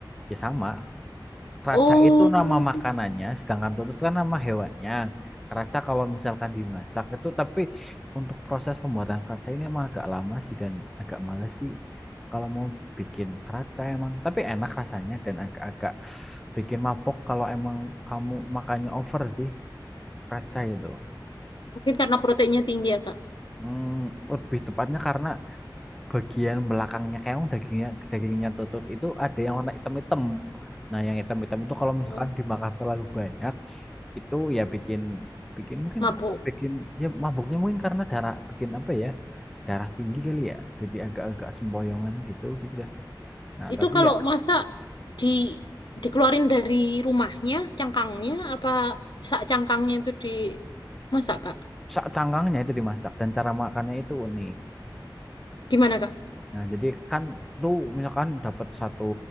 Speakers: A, in the centre; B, on the left (about 70°).
A: ya sama Keraca
B: Oh,
A: itu nama makanannya, sedangkan tuntut kan nama hewannya. Keraca kalau misalkan dimasak itu, tapi untuk proses pembuatan keraca ini emang agak lama sih dan agak males sih. Kalau mau bikin keraca emang, tapi enak rasanya dan agak-agak bikin mabok kalau emang kamu makannya over sih keraca itu.
B: mungkin karena proteinnya tinggi ya, Kak.
A: Hmm, lebih tepatnya karena bagian belakangnya keong dagingnya dagingnya tutut itu ada yang warna hitam-hitam. Nah, yang hitam-hitam itu kalau misalkan
B: Oh,
A: dimakan terlalu banyak itu ya bikin bikin mungkin
B: mabuk.
A: karena bikin ya mabuknya mungkin karena darah bikin apa ya darah tinggi kali ya jadi agak-agak sempoyongan gitu gitu dah nah
B: Itu
A: tapi
B: kalau
A: ya
B: masa di dikeluarin dari rumahnya, cangkangnya, apa sak cangkangnya itu di masak, Kak?
A: sak cangkangnya itu dimasak dan cara makannya itu unik
B: Gimana, Kak?
A: nah jadi kan tuh misalkan dapat satu